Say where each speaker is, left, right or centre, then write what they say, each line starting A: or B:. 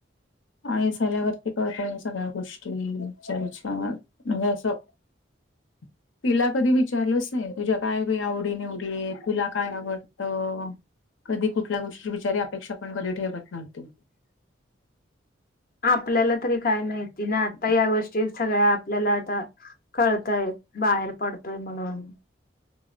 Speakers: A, on the left; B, on the left.
A: आई झाल्यावरती कळतय सगळ्या गोष्टी, ईच्या विच्या म्हणजे असं
B: <inaudible>
A: तिला कधी विचारलंच नाही, तुझ्या काय बाई आवडी निवडीये, तुला काय आवडत? कधी कुठल्या गोष्टी बिचारी अपेक्षा, पण कधी ठेवत नव्हती.
B: आपल्याला तरी काय माहिती ना, आता या गोष्टी सगळ्या आपल्याला आता कळताय. बाहेर पडतोय, म्हणून.